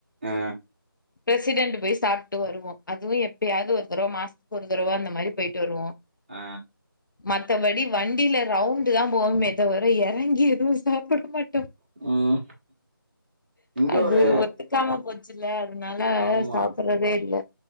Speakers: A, on the right (about 30°); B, on the left (about 60°).
A: ஆ
B: பிரசிடண்ட் போய் சாப்ட்டு வருவோ அதுவு எப்பயாவ்து ஒரு தடவ மாசத்துக்கு ஒரு தடவ அந்த மாரி போயிட்டு வருவோ
A: ஆ
B: மத்தபடி வண்டில ரவுண்ட்தா போவோமே தவிர எறங்கி எதுவு சாப்புட மாட்டோ
A: ம் இங்க
B: அது
A: ஒரு
B: ஒத்துக்காம போச்சுல்ல அதனால
A: ஆமா
B: சாப்புடுறதே இல்ல